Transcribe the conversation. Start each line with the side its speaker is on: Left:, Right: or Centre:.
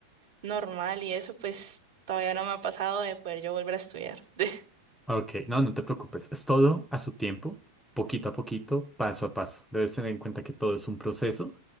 Right: normal y eso, pues todavía no me ha pasado de poder yo volver a estudiar. <laughs>
Centre: Ok, no, no te preocupes. Es todo a su tiempo, poquito a poquito, paso a paso. Debes tener en cuenta que todo es un proceso